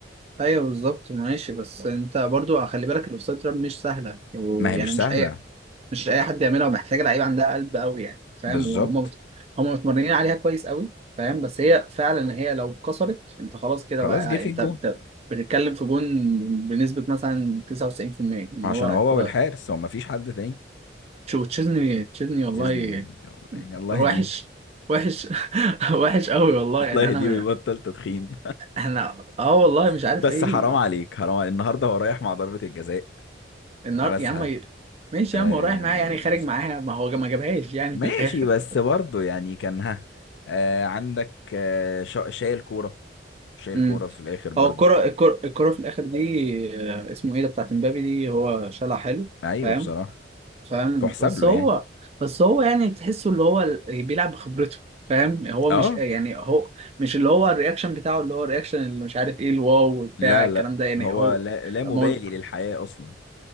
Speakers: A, on the right (about 35°); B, on the left (about 75°).
A: ايوه بالظبط ماشي بس انت برضو خلي بالك الاوفسايد تراب مش سهله ويعني
B: ما هي مش
A: مش
B: سهله
A: اي مش اي حد يعملها ومحتاجه لعيبه عندها قلب قوي يعني فاهم
B: بالظبط
A: وهم بت... هم متمرنين عليها كويس قوي فاهم بس هي فعلا هي لو اتكسرت انت خلاص كده
B: خلاص
A: بقى يعني
B: جه في
A: انت
B: الجون
A: بت... بتتكلم في جون بنسبه مثلا 99% ان
B: عشان
A: هو
B: هو
A: الكره
B: والحارس هو ما فيش حد تاني
A: شو تشيزني تشيزني والله
B: يزن- يعني الله
A: وحش
B: يهديه
A: وحش <laughs> وحش قوي والله
B: <laughs>
A: يعني
B: الله يهديه
A: انا
B: ويبطل تدخين
A: احنا اه والله
B: <laughs>
A: مش عارف
B: بس
A: ايه
B: حرام عليك حرام عليك. النهارده هو رايح مع ضربه الجزاء
A: النهار
B: لمسها
A: يا عم ي- ماشي
B: آه،
A: يا عم هو رايح معايا يعني خارج معاها ما هو ما جابهاش يعني
B: ماشي
A: في الاخر
B: بس برضه يعني كان ها آه عندك آه شا- شايل كورة شايل
A: امم
B: كورة في الآخر برضه
A: هو الكرة الكرة الكرة في الاخر دي آه، اسمه ايه ده بتاعت امبابي دي هو شالها حلو
B: أيوه
A: فاهم
B: بصراحة
A: فاهم
B: تحسب
A: بس
B: له
A: هو
B: يعني
A: بس هو يعني تحسه اللي هو ال- بيلعب بخبرته فاهم هو
B: اه
A: مش آه، يعني هو مش اللي هو الرياكشن بتاعه اللي هو الرياكشن اللي مش عارف ايه الواو بتاع
B: لا
A: الكلام
B: لا
A: ده يعني
B: هو
A: هو
B: لا, لا مبالي
A: مو-
B: للحياة أصلا